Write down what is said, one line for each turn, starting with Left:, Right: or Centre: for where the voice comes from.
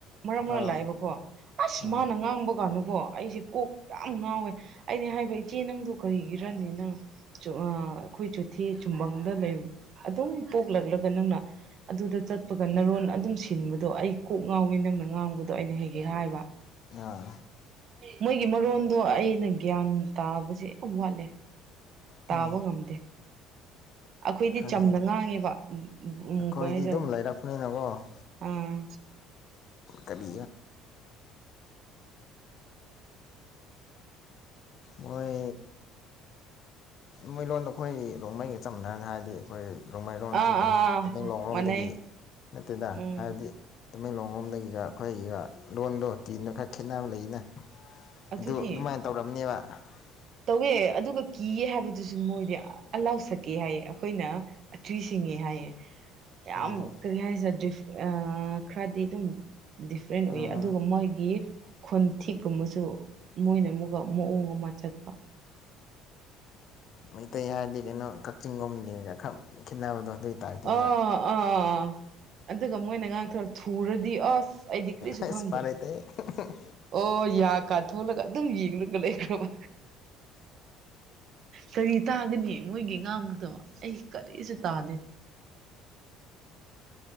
Right: ꯃꯔꯛ ꯃꯔ
Left: ꯑꯥ
Right: ꯂꯥꯛꯑꯦꯕꯀꯣ ꯑꯁ
Left: ꯑꯥ
Right: ꯃꯥꯅ ꯉꯥꯡꯕ ꯀꯥꯟꯗ ꯀꯣ ꯑꯩꯁꯦ ꯀꯣꯛ ꯌꯥꯝ ꯉꯥꯎꯋꯦ ꯑꯩꯗꯤ ꯍꯥꯏꯕ ꯏꯆꯦ ꯅꯪꯗꯣ ꯀꯔꯤꯒꯤꯔꯅꯤ ꯅꯪ ꯑꯩꯈꯣꯏ ꯆꯨꯊꯤ ꯁꯨꯝꯕꯪꯗ ꯂꯩ ꯑꯗꯨꯝ ꯄꯣꯛꯂꯛꯂꯒ ꯅꯪꯅ ꯑꯗꯨꯗ ꯆꯠꯄꯒ ꯅꯔꯣꯟ ꯑꯗꯨꯝ ꯁꯤꯟꯕꯗꯣ ꯑꯩ ꯀꯣꯛ ꯉꯥꯎꯏꯤ ꯅꯪꯅ ꯉꯥꯡꯕꯗꯣ ꯑꯩꯅ ꯍꯦꯛꯒ ꯍꯥꯏꯕ
Left: ꯑꯥ
Right: ꯃꯣꯏꯒꯤ ꯃꯔꯣꯟ ꯑꯗꯣ ꯑꯩꯅ ꯒ꯭ꯌꯥꯟ ꯇꯥꯕꯁꯦ ꯌꯥꯝ ꯋꯥꯠꯂꯦ ꯇꯥꯕ
Left: ꯎꯝ
Right: ꯉꯝꯗꯦ ꯑꯩꯈꯣꯏꯗꯤ
Left: ꯈꯪꯗꯦ
Right: ꯆꯝꯅ ꯉꯥꯡꯉꯦꯕ
Left: ꯑꯩꯈꯣꯏꯗꯤ
Right: ꯀ ꯍꯥꯏꯁꯦ
Left: ꯑꯗꯨꯝ ꯂꯩꯔꯛꯄꯅꯤꯅꯀꯣ
Right: ꯑꯥ
Left: ꯀꯕꯤ ꯃꯣꯏ ꯃꯣꯏꯂꯣꯟꯣꯟꯗ ꯑꯩꯈꯣꯏ ꯅꯣꯡꯃꯩꯒ ꯆꯝꯅꯔꯅ ꯍꯥꯏꯔꯗꯤ ꯑꯩꯈꯣꯏ ꯅꯣꯡꯃꯩꯔꯣꯟꯁꯨ
Right: ꯑꯥ
Left: ꯀꯩꯅꯣ
Right: ꯑꯥ ꯑꯥ
Left: ꯇꯃꯦꯡꯂꯣꯡꯡꯂꯣꯝꯗꯒꯤ
Right: ꯃꯥꯟꯅꯩ
Left: ꯅꯠꯇꯦꯗ
Right: ꯎꯝ
Left: ꯍꯥꯏꯕꯗꯤ ꯇꯃꯦꯡꯂꯣꯡꯡꯂꯣꯝꯗꯒꯤꯒ ꯑꯩꯈꯣꯏꯒꯤꯒ ꯂꯣꯟꯗꯣ ꯇꯤꯟꯗꯣ ꯈꯔ ꯈꯦꯠꯅꯕ ꯂꯩꯅ
Right: ꯑꯗꯨꯅꯦ
Left: ꯑꯗꯨ ꯑꯗꯨꯃꯥꯏꯅ ꯇꯧꯔꯝꯅꯦꯕ <inaudible>
Right: ꯇꯧꯋꯦ ꯑꯗꯨꯒ ꯀꯤꯌꯦꯦ ꯍꯥꯏꯕꯗꯨꯁꯨ ꯃꯣꯏꯗꯤ ꯑꯂꯥꯎ ꯁꯛꯀꯦ ꯍꯥꯏꯌꯦ ꯑꯩꯈꯣꯏꯅ ꯑꯇ꯭ ꯁꯤꯡꯉꯦ ꯍꯥꯏꯌꯦ ꯌꯥꯝ
Left: ꯑꯣ
Right: ꯀꯔꯤ ꯍꯥꯏꯁꯦꯐ ꯑ ꯈꯔꯗꯤ ꯑꯗꯨꯝ ꯗꯤꯐ꯭ꯔꯦꯟ ꯑꯣꯏꯏ
Left: ꯑꯥ ꯑꯥ
Right: ꯑꯗꯨꯒ ꯃꯣꯏꯒꯤ ꯈꯣꯟꯊꯤꯀꯨꯝꯕꯁꯨ ꯃꯣꯏꯅ ꯑꯃꯨꯛꯒ ꯃꯑꯣꯡ ꯑꯃ ꯆꯠꯄ
Left: ꯃꯩꯇꯩ ꯍꯥꯏꯔꯗꯤ ꯀꯩꯅꯣ ꯀꯛꯆꯤꯡꯒꯣꯝꯒ ꯈ ꯈꯦꯠꯅꯕꯗꯣ ꯑꯗꯨꯏ ꯇꯥꯏꯞꯇꯅꯦꯕ
Right: ꯑ ꯑꯥ ꯑꯗꯨꯒ ꯃꯣꯏꯅ ꯉꯥꯡꯊꯣꯔꯛꯇ ꯊꯨꯔꯗꯤ ꯑꯁ ꯑꯩꯗꯤ ꯀꯔꯤꯁꯨ
Left: ꯑ
Right: ꯈꯪꯗ꯭ꯔꯦ
Left: ꯏꯁ ꯄꯔꯦꯇ ꯍ ꯍ
Right: ꯑꯣ ꯌꯥ ꯀꯥꯊꯣꯛꯂꯒ ꯑꯗꯨꯝ ꯌꯦꯡꯒ ꯂꯩꯈ꯭ꯔꯕ ꯀꯔꯤ ꯇꯥꯒꯅꯤ ꯃꯣꯏꯒꯤ ꯉꯥꯡꯕꯗꯕ ꯑꯩ ꯀꯔꯤꯁꯨ ꯇꯥꯗꯦ